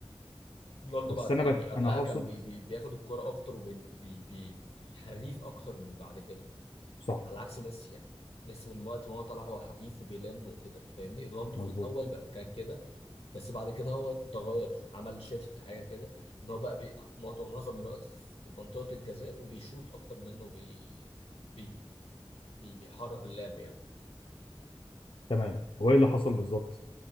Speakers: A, on the left; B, on the left.
A: رونالدو
B: بس
A: بعد
B: انا
A: يعني
B: بت...
A: قبلها
B: انا اقصد
A: كان بي بي بياخد الكرة أكتر وبيحريف أكتر من بعد كده
B: صح
A: على عكس ميسي يعني ميسي من وقت ما هو طلع هو حريف وبيلم وكده فاهمني رونالدو
B: مظبوط
A: في الأول بقى كان كده بس بعد كده هو اتغير عمل شيفت حاجة كده إن هو بقى بي معظم معظم الوقت في منطقة الجزاء وبيشوط أكتر منه بي بي بي بيحرك اللعب يعني
B: تمام هو ايه اللي حصل بالظبط